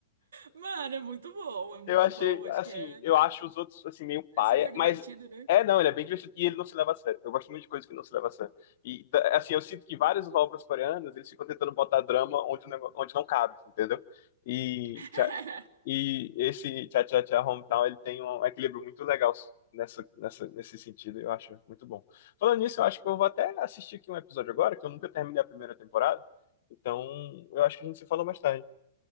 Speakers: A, on the right; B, on the left.
A: Mano, é muito bom, é muito
B: Eu achei,
A: bom. Acho
B: assim,
A: que é,
B: eu acho os outros, assim, meio paia,
A: é super divertido,
B: mas
A: né?
B: é, não, ele é bem divertido e ele não se leva a sério. Eu gosto muito de coisas que não se leva a sério. E, da- assim, eu sinto que vários obras coreanas, eles ficam tentando botar drama onde, o nego- onde não cabe, entendeu? E
A: <laughs>
B: E esse Tchá Tchá Tchá Hometown, ele tem um equilíbrio muito legal nessa, nessa, nesse sentido, eu acho muito bom. Falando nisso, eu acho que eu vou até assistir aqui um episódio agora, que eu nunca terminei a primeira temporada. Então, eu acho que a gente se fala mais tarde.